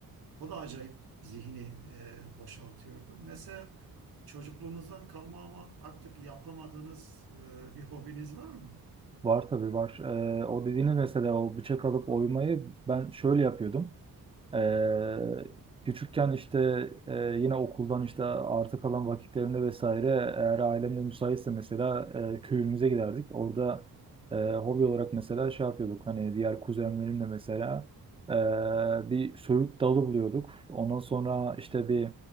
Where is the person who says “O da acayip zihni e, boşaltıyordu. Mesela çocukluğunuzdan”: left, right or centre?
Right